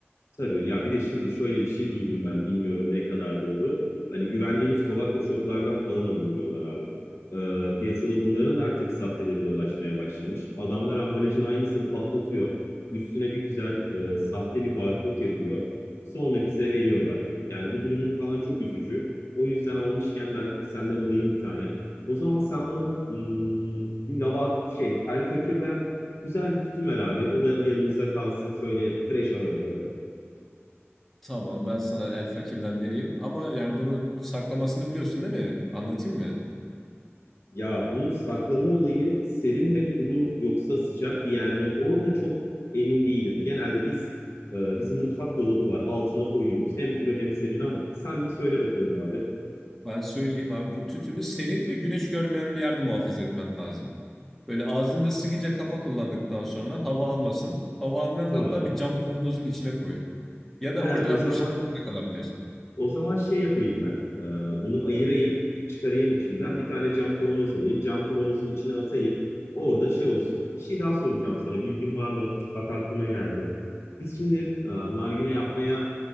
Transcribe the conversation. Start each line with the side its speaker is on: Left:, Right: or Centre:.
Left: Tabii ya bir de şimdi şöyle bir şey duydum ben bilmiyorum ne kadar doğru. Hani güvendiğiniz tobacco shoplardan falan alın diyorlar abi. Ee, piyasada bunların da artık sahteleri dolaşmaya başlamış. Adamlar ambalajın aynısını patlatıyor. Üstüne bir güzel e, sahte bir barkod yapıyor. Sonra bize veriyorlar. Yani bu durumun falan çok üzücü. O yüzden almışken ben senden alayım bir tane. O zaman sen bana hmm, bir lava şey El Fakir'den güzel bir tütün ver abi. O da yanımızda kalsın. Şöyle fresh aromalı.
Centre: Tamam ben sana El Fakir'den vereyim ama yani bunu saklamasını biliyorsun değil mi? Anlatayım mı?
Left: Ya bu saklama olayı serin ve kuru yoksa sıcak bir yer mi? Orada çok emin değilim. Genelde biz e, bizim mutfak dolabı var. Altına koyuyoruz. Hem kuru hem serin ama sen bir söyle bakalım abi.
Centre: Ben söyleyeyim abi bu tütünü serin ve güneş görmeyen bir yerde muhafaza etmen lazım. Böyle ağzında sıkıca kapa kullandıktan sonra hava almasın. Hava almayan
Left: Tamam.
Centre: hatta bir cam kavanozun içine koy. Ya da
Left: He,
Centre: orijinal
Left: o zaman
Centre: poşetinde de kalabilir.
Left: O zaman şey yapayım ben. e, bunu ayırayım, çıkarayım içinden. Bir tane cam kavanoz alayım. Cam kavanozun içine atayım. Orada şey olsun. Bir şey daha soracağım sana. Bilgin var mı? Bak aklıma geldi. Biz şimdi e, nargile yapmaya